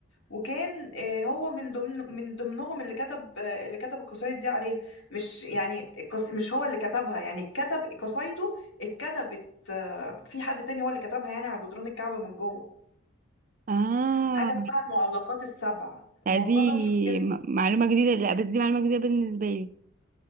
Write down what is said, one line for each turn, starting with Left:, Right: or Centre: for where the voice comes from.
Left: وكان آه، هو من ضمن من ضمنهم اللي كتب آه، اللي كتب القصايد دي عليها مش يعني القص... مش هو اللي كتبها يعني كتب قصايده اتكتبت آه، في حد تاني هو اللي كتبها يعني على جدران الكعبة من جوه
Right: اه
Left: حاجة اسمها المعلقات السبع
Right: لا
Left: الموضوع
Right: دي
Left: ده مشهور جدا
Right: م- معلومه جديده لا بس دي معلومه جديده بالنسبه لي